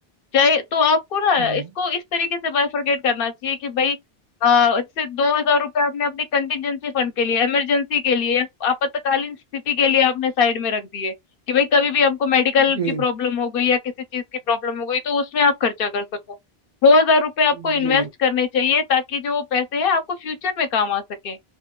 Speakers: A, on the left; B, on the right.
A: चाहे तो आपको ना
B: हाँ
A: इसको इस तरीके से बाइफरकेट करना चाहिए कि भाई अ, जैसे दो हजार रुपये आपने अपने कंटिजेंसी फंड के लिए इमरजेंसी के लिए आपातकालीन स्थिति के लिए आपने साइड में रख दिए कि भाई कभी भी हमको मेडिकल
B: जी
A: की प्रॉब्लम हो गई या किसी चीज की प्रॉब्लम हो गई तो उसमें आप खर्चा कर सको दो हजार रुपये आपको इन्वेस्ट
B: जी
A: करने चाहिए ताकि जो वो पैसे हैं आपको फ्यूचर में काम आ सके